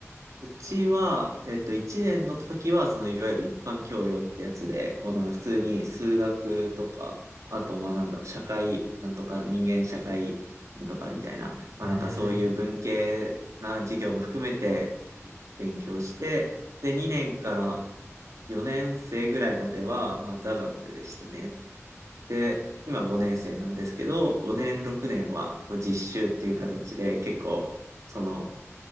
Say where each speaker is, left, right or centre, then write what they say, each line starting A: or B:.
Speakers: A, on the right; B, on the right.
A: ちは、えっと、1年の時は、その、いわゆる一般教養ってやつで、こう、なんか普通に数学とか、あと、まあ、なんだろう、社会、なんとか、人間社会、なんとかみたいな、まあ、
B: うーん。
A: なんかそういう文系な授業も含めて勉強して、で、2年から4年生ぐらいまでは、まあ、座学でしたね。で、今5年生なんですけど、5年、6年はこう実習っていう形で結構、その、